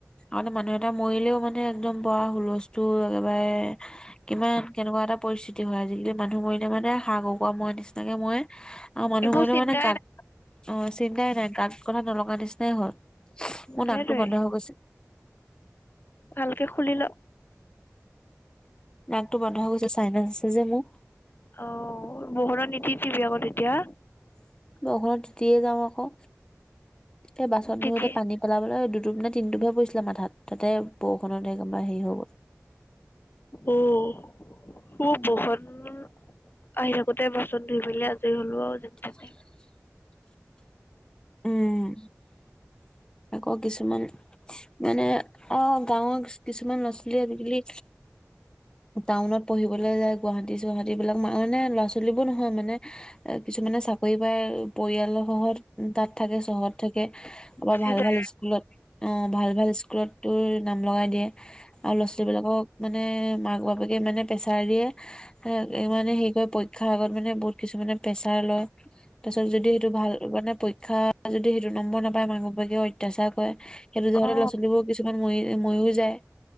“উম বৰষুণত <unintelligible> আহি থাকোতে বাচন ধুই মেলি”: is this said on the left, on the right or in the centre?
Left